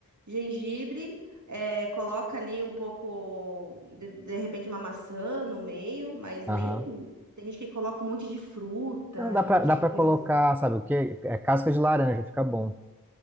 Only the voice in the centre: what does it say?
Aham.
Não, dá
pra,
dá
pra
colocar, sabe o quê? É casca de laranja, fica bom.